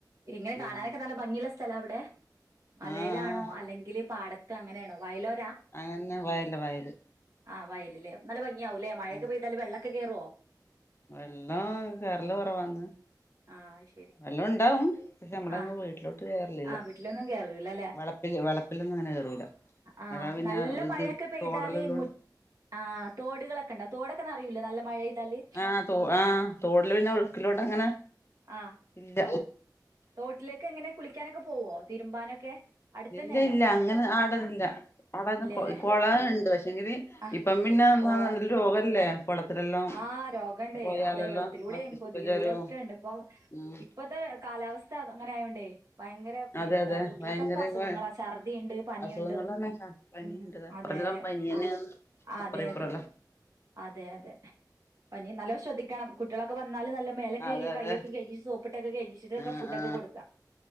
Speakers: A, on the right (about 50°); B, on the left (about 35°).
A: ഇങ്ങനെ
B: ഉം
A: കാണാനൊക്കെ നല്ല ഭംഗിയുള്ള സ് സ്ഥല വിടെ മലയിലാണോ
B: ആഹ് ആഹ്
A: അല്ലെങ്കില് പാടത്ത് അങ്ങനെണോ വൈലോ
B: അങ്ങന്നെ വയല് വയല്
A: ആ വയല് ല്ലേ നല്ല ഭ ഗി യാവൂലെ മഴയൊക്കെ
B: ഉം
A: പെയ്താല് വെള്ള ക്കെ കേറുവോ
B: വെള്ളം കേറല് കൊറവാന്ന്
A: ആ അത് ശരി
B: വെള്ളണ്ടാവും ഞമ്മളെ
A: ആ
B: വീട്ടിലോട്ട് കേറലില്ല
A: ആ വീട്ടിലൊന്നും കേറൂലല്ലേ
B: വളപ്പില് വളപ്പിലൊന്നും അങ്ങനെ കേറൂല
A: ആ
B: എടാ പിന്നെ
A: നല്ല
B: ഇത്
A: മഴയൊക്കെ പെയ്താല്
B: തോടലുള്ളോണ്ട്
A: മു ആ തോടുകളൊക്കെ ഉണ്ടോ തോടൊക്കെ നറയുല്ലേ നല്ല മഴ പെയ്താല്
B: ആഹ് തോ ആഹ് തോടില് പിന്നെ ഒഴുക്കിലോട്ട് അങ്ങനെ
A: ആഹ്
B: ഇല്ല
A: തോട്ടിലേക്ക് എങ്ങനെ കുളിക്കാനൊക്കെ പോവോ തിരുമ്പാനൊക്കെ അടുത്തന്നെയാണോ
B: ഇല്ല ഇല്ല
A: അല്ലെങ്കിൽ
B: അങ്ങനെ ആടെലില്ല
A: ആഹ്
B: ആടെന്ന്
A: ഇല്ലല്ലേ
B: കൊളണ്ട് പക്ഷെങ്കില്
A: ആഹ്
B: ഇപ്പം പിന്ന
A: പോവാറ്
B: രോഗല്ലേ കുളത്തിലെല്ലാം
A: ആഹ് രോഗണ്ടേ
B: പോയാലെല്ലോ
A: അതെ വെള്ളത്തിലൂടെയും
B: മസ്ത്തിഷ്ക്കജൊരവും
A: കൊതുകിലൂടെ ഒക്കെ ഉണ്ട് ഇപ്പം
B: ഉം
A: ഇപ്പത്തെ കാലാവസ്ഥ അങ്ങനെ ആയോണ്ടേ ഭയങ്കര പിന്നെ
B: അതെ അതെ
A: താണ് കുട്ടികൾക്കോക്കെ
B: ഭയങ്കര
A: അസുഖങ്ങളാ ഛർദിയുണ്ട് പനിയുണ്ട്
B: അസുഖങ്ങളന്നെ പനിണ്ട്
A: ഉം
B: അപ്പറെല്ലാം
A: അതെ
B: പനിയന്നെയാന്ന്
A: ആ
B: അപ്പറം
A: അതെ
B: ഇപ്പറെല്ലാം
A: അതെ അതെ അതെ പനി നല്ലോ ശ്രദ്ധിക്കണം കുട്ട്യളോക്കെ വന്നാല് നല്ല മേലോക്കെ
B: അതെ
A: കഴ്‌കി കൈയൊക്കെ
B: അതെ
A: കഴ്കി സോപ്പിട്ട് ക്കെ കൈകി ക്കെ
B: ആ
A: ഫുഡ്
B: ആ
A: ഒക്കെ കൊടുക്കാ